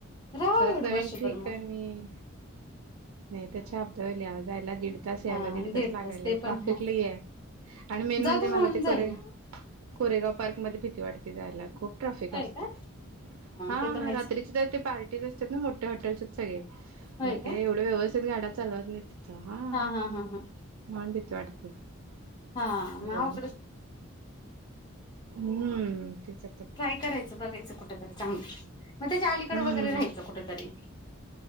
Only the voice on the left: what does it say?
राहावं
एवढं
वर्षभर
मग
हा
ते पण
हाय
जाऊदे
होऊन
जाईल.
होय
का
ते तर आहेच
होय
का
हा हा हा हा.
हा
मग
ट्राय करायचं बघायचं कुठतरी चांगलं मग त्याच्या अलीकड
वगैरे राहायचं कुठतरी